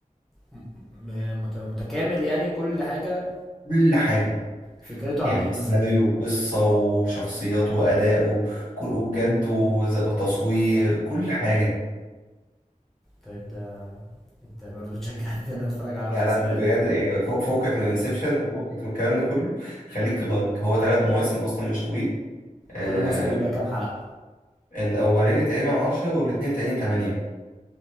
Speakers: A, in the centre; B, on the left.
A: م- م- مت- متكامل يعني كل حاجة
B: كل حاجة
A: فكرته
B: يعني
A: عن ايه مثلا
B: سيناريو وقصة وشخصيات وأداء وكل وبجد وز- وتصوير كل حاجة
A: طيب ده انت برضو بتشجعني <laughs> ان انا اتفرج على
B: لا
A: مسلسلات
B: لا بج- بجد يعني فو- فوقك من انسبشن وفوقك من الكلام ده كله خليك في دارك هو ثلاث مواسم أصلا مش طويل آه
A: كل موسم بيبقى كام حلقة
B: الأولاني تقريبا عشرة والاتنين التانيين تمانية